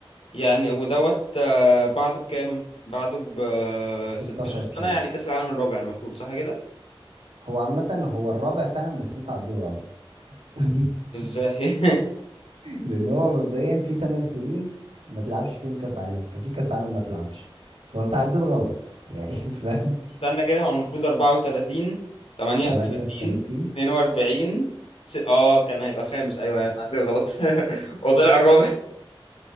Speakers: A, on the left (about 85°); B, on the right (about 75°).
A: يعني ودوت آه، بعده بكام بعده ب آه، 16
B: 16 سنة
A: سنة يعني كأس العالم الرابع المفروض صح كده
B: هو عامة هو الرابع فعلا بس أنت عديت غلط <laughs>
A: ازاي <laughs>
B: لان هو مبدئيا في 8 سنين ما تلعبش فيهم كاس عالم ففي كاس عالم ما تلعبش فانت عديت غلط يعني <laughs> فاهم
A: استنى كده هو المفروض 34 38
B: 38
A: 42 س... اه كان هيبقى الخامس ايوه ايوه أنا عندي غلط <laughs> هو طلع الرابع